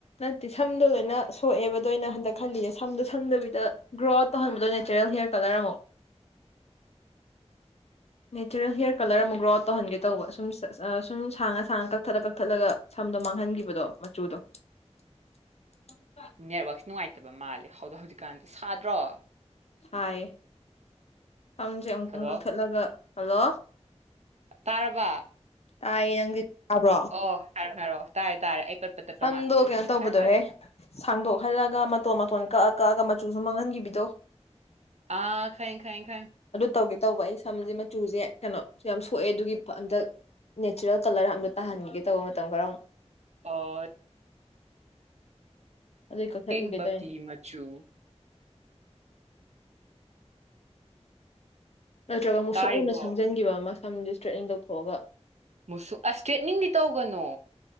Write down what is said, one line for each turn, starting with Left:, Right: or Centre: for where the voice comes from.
Left: ꯅꯠꯇꯦ ꯁꯝꯗꯣ ꯂꯣꯏꯅ ꯁꯣꯛꯑꯦꯕꯗꯣ ꯑꯩꯅ ꯍꯟꯗꯛ ꯈꯜꯂꯤꯁꯦ ꯁꯝꯗꯣ ꯁꯪꯗꯕꯤꯗ ꯒ꯭ꯔꯣ ꯑꯥꯎꯠ ꯇꯧꯍꯟꯕꯗꯣ ꯅꯦꯆꯔꯦꯜ ꯍꯦꯌꯔ ꯀꯂꯔ ꯑꯃꯨꯛ ꯅꯦꯆꯔꯦꯜ ꯍꯦꯌꯔ ꯀꯂꯔ ꯑꯃꯨꯛ ꯒ꯭ꯔꯣ ꯑꯥꯎꯠ ꯇꯧꯍꯟꯒꯦ ꯇꯧꯕ ꯁꯨꯝ ꯁꯨꯝ ꯁꯥꯡꯉ ꯁꯥꯡꯉ ꯀꯛꯊꯠꯂ ꯀꯛꯊꯠꯂꯒ ꯁꯝꯗꯣ ꯃꯥꯡꯍꯟꯈꯤꯕꯗꯣ ꯃꯆꯨꯗꯣ ꯎ
Right: ꯅꯦꯠꯋꯔꯥꯛꯁ ꯅꯨꯡꯉꯥꯏꯇꯕ ꯃꯥꯜꯂꯦ ꯍꯧꯖꯤꯛ ꯍꯧꯖꯤꯛꯀꯥꯟꯗꯤ ꯁꯥꯗ꯭ꯔꯣ
Left: ꯁꯥꯏ ꯐꯝꯁꯦ ꯑꯃꯨꯛꯇꯪ
Right: ꯍꯜꯂꯣ
Left: ꯀꯛꯊꯠꯂꯒ ꯍꯜꯂꯣ
Right: ꯇꯥꯔꯕ
Left: ꯇꯥꯏ ꯌꯥꯪ ꯇꯥꯕ꯭ꯔꯣ
Right: ꯑꯣ ꯍꯥꯏꯔꯣ ꯇꯔꯦ ꯇꯥꯔꯦ ꯄꯠꯄ ꯇꯠꯄ
Left: ꯁꯝꯗꯣ
Right: ꯃꯥꯟꯕꯗꯨꯒꯤꯅꯦ
Left: ꯀꯩꯅꯣ ꯇꯧꯕꯗꯣꯍꯦ
Right: ꯍꯥꯏꯔꯣ ꯍꯥꯏꯔꯣ
Left: ꯁꯥꯡꯗꯣꯛꯍꯜꯂꯒ ꯃꯇꯣꯟ ꯃꯇꯣꯟ ꯀꯛꯑ ꯀꯛꯑꯒ ꯃꯆꯨꯁꯨ ꯃꯥꯡꯍꯟꯈꯤꯕꯗꯣ
Right: ꯑꯥ ꯈꯥꯏ ꯈꯥꯏ ꯈꯥꯏ
Left: ꯇꯧꯒꯦ ꯇꯧꯕ ꯑꯩ ꯁꯝꯁꯦ ꯃꯆꯨꯁꯦ ꯀꯩꯅꯣꯁꯨ ꯌꯥꯝ ꯁꯣꯛꯑꯦ ꯑꯗꯨꯒꯤ ꯑꯝꯇ ꯅꯦꯆꯔꯦꯜ ꯀꯂꯔ ꯑꯝꯇ ꯇꯥꯍꯟꯒꯦ ꯇꯧꯕ ꯃꯇꯝ ꯈꯔ ꯑꯃꯨꯛ
Right: ꯍꯣꯏ
Left: ꯑꯗꯨꯏ ꯀꯛꯊꯠꯂꯨꯒꯦ
Right: ꯇꯦꯡ
Left: ꯇꯧꯅꯤ
Right: ꯞꯤ ꯃꯆꯨ
Left: ꯅꯠꯇ꯭ꯔꯒ ꯃꯨꯛꯁꯨꯛ
Right: ꯇꯥꯔꯤꯕꯣ
Left: ꯃꯨꯟꯅ ꯁꯪꯖꯟꯈꯤꯕ ꯑꯃ ꯁꯝꯗꯤ ꯏꯁꯇ꯭ꯔꯦꯠꯅꯤꯡ ꯇꯧꯊꯣꯛꯑꯒ
Right: ꯃꯨꯁꯨ ꯑꯁ ꯏꯁꯇ꯭ꯔꯦꯠꯅꯤꯡꯗꯤ ꯇꯧꯒꯅꯣ